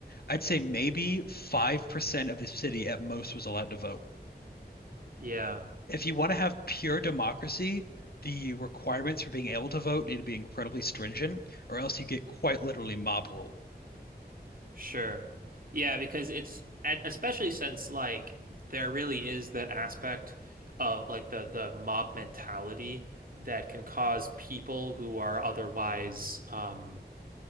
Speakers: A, on the left; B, on the right.
A: I'd say maybe 5% of the city at most was allowed to vote.
B: yeah.
A: If you want to have pure democracy, the requirements for being able to vote need to be incredibly stringent, or else you get quite literally mob rule.
B: Sure. Yeah, because it's and especially since like there really is that aspect of like the the mob mentality that can cause people who are otherwise um